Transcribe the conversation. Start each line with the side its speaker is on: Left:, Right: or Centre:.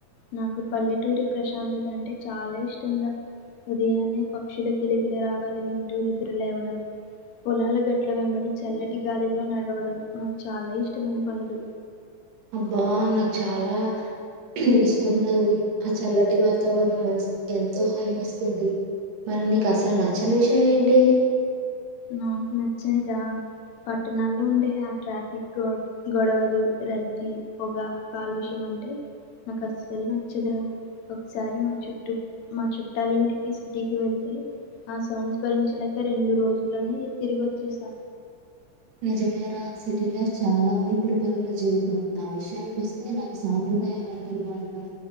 Left: నాకు పల్లెటూరి ప్రశాంత్త అంటడి చాల ఇష్టం ర ఉదయాన్నే పక్షుల <unintelligible> రావాలి వింటూ నిద్రలేవడం పొలాల గట్ల వెంబడి చల్లటి గాలిలో నడవడం నాకు చాల ఇష్టమైన పనులు
Right: అబ్బా నాకు చాలా ఇష్టం రాది ఆ చల్లటి వాతావరణం మనసుకి ఎంతో హాయినిస్తుంది మరి నీకు అసలు నచ్చని విషయం ఏంటి
Left: నాకు నచ్చనిదా పట్టణాల్లో ఉండే ఆ ట్రాఫిక్ రోడ్ గొడవలు, రద్దీ, పొగ, కాలుష్యం అంటే నాకు అస్సల్ నచ్చదురా ఒకసారి మా చుట్టూ మా చుట్టాల ఇంటికి సిటీకి వెళ్తే ఆ సౌండ్స్ భరించలేక రెండు రోజుల్లోనే తిరిగి వచ్చేసా
Right: నిజమే రా సిటీ లైఫ్ చాలా ఊరుకులు పరుగుల జీవితం నా విషయానికి వస్త అంటే నాకు సాంప్రదాయ వంటలు వండడం,